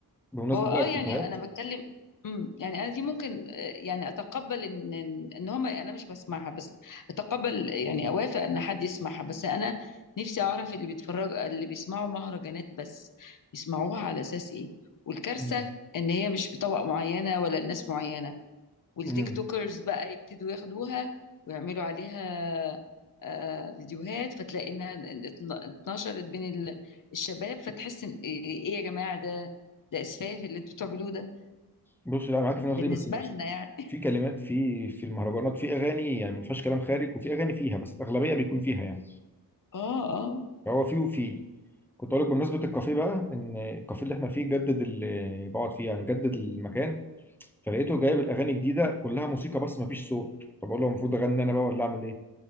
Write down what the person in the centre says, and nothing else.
بمناسبه
بقى الكافيهات
امم
أمم.
بص لا معاك في النقطه
دي بس
في كلمات في في المهرجانات في اغاني يعني ما فيهاش كلام خارج وفي اغاني فيها بس الاغلبيه بيكون فيها يعني
فهو في وفي كنت اقول لك بمناسبه الكافيه بقى ان الكافيه اللي احنا فيه جدد اللي بقعد فيه يعني جدد المكان فلقيته جايب الاغاني جديده كلها موسيقى بس ما فيش صوت فبقول له المفروض اغني انا بقى ولا اعمل ايه؟